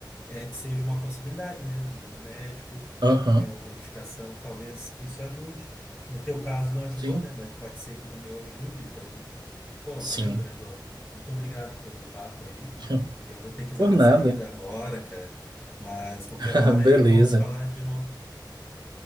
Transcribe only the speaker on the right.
aham,
sim,
sim.
<laughs>
Por
nada.
<laughs>
Beleza,